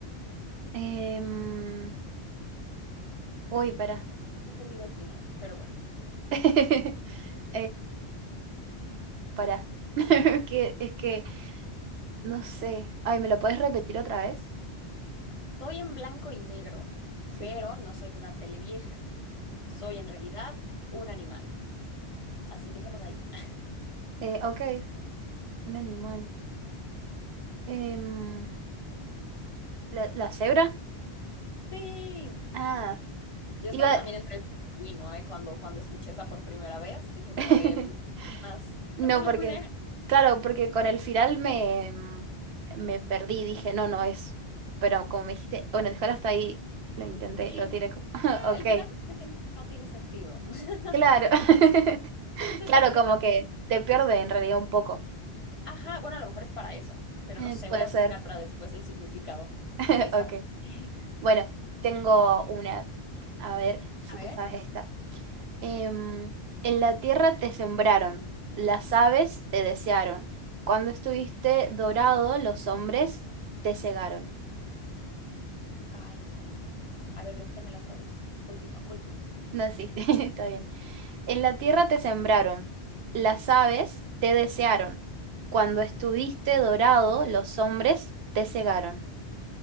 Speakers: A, on the right (about 70°); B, on the left (about 30°).
A: em, uy, para.
B: No he entendido el final, pero bueno.
A: <laughs> para. <laughs> que, es que, no sé. Ay, ¿me lo puedes repetir otra vez?
B: Soy en blanco y negro, pero
A: Sí.
B: no soy una televieja. Soy en realidad un animal. Así dejemos ahí. <laughs>
A: Eh, ok. Un animal. Em, ¿la, la cebra?
B: Sí.
A: Ah,
B: Yo
A: iba...
B: estaba también entre el pingüino, ¿eh? Cuando, cuando escuché esa por primera vez, dije como
A: <laughs>
B: de, "Mm, es más,
A: No,
B: también es blanco
A: porque...
B: y negro.
A: Claro, porque con el final me, em, me perdí. Dije, no, no es... Pero como me dijiste, bueno, déjalo hasta ahí. Lo intenté,
B: Sí.
A: lo tiré como... <laughs>
B: Que
A: Ok,
B: al final como que siento que no tiene sentido. <laughs>
A: claro. <laughs>
B: No sé
A: Claro,
B: por qué
A: como
B: razón.
A: que te pierde en realidad un poco.
B: Ajá, bueno, a lo mejor es para eso, pero
A: Eh,
B: no sé,
A: puede
B: voy a
A: ser.
B: buscar para después el significado
A: <laughs>
B: de esa.
A: Ok.
B: <laughs>
A: Bueno, tengo una. A ver si
B: A ver.
A: te sabes esta. Em, en la tierra te sembraron, las aves te desearon. Cuando estuviste dorado, los hombres te cegaron.
B: Ay, A ver, repítemela otra vez. Última, última.
A: No, sí, <laughs> está bien. En la tierra te sembraron, las aves te desearon. Cuando estuviste dorado, los hombres te cegaron.